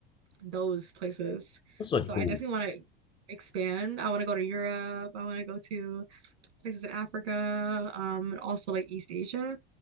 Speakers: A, on the right; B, on the left.
A: those places.
B: that's like
A: So
B: cool.
A: I definitely want to expand. I want to go to Europe. I want to go to places in Africa, um, and also like East Asia